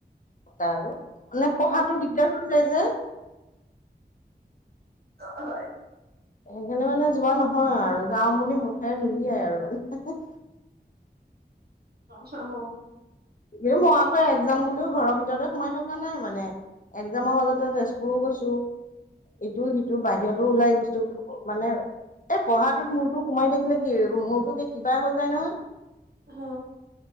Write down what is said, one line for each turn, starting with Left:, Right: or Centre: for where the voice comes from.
Left: টা আৰু মানে
Right: হয়
Left: পঢ়াটো দিগদাৰ হৈ যায় যে।
Right: অ হয়
Left: সেইকাৰণে মানে যোৱা নহয় আৰু, যাওঁ বুলি মুখেৰে নুলিয়াই আৰু মানে,
Right: অ হ হ,
Left: কিন্তু মই আকৌ এক্সাম বুলিও ঘৰৰ ভিতৰতে সোমাই থকা নাই মানে। এক্সামৰ মাজতে তেজপুৰো গৈছো, ইটোও সিটো
Right: হয়
Left: বাহিৰতো ওলাই গৈছো। মানে এই পঢ়াটোত মূৰতো সোমাই থাকিলে কি মূৰটো কিবা হৈ যায় নহয়।
Right: হ